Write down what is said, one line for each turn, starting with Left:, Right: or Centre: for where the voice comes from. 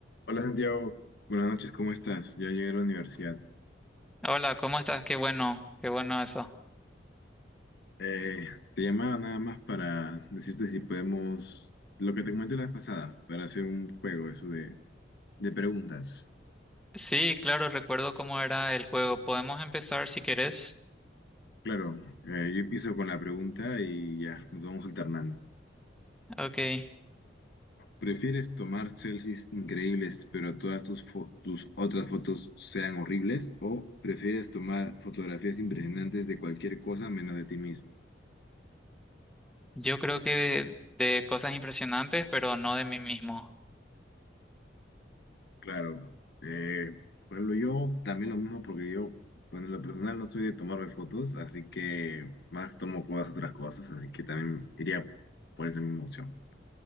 Left: Hola Santiago, buenas noches, ¿cómo estás? Ya llegué a la universidad.
Centre: Hola, ¿cómo estás? Qué bueno, qué bueno eso.
Left: Eh, te llamaba nada más para decirte si podemos, lo que te comenté la vez pasada, para hacer un juego, eso de, de preguntas.
Centre: Sí, claro, recuerdo cómo era el juego. Podemos empezar si querés.
Left: Claro, eh, yo empiezo con la pregunta y ya, nos vamos alternando.
Centre: Ok,
Left: ¿Prefieres tomar selfies increíbles, pero todas tus, fo- tus otras fotos sean horribles? ¿O prefieres tomar fotografías impresionantes de cualquier cosa menos de ti mismo?
Centre: yo creo que de, de cosas impresionantes, pero no de mí mismo.
Left: Claro, eh, por ejemplo, yo también lo mismo porque yo, bueno, en lo personal no soy de tomarme fotos, así que más tomo cosas, otras cosas, así que también iría por esa misma opción.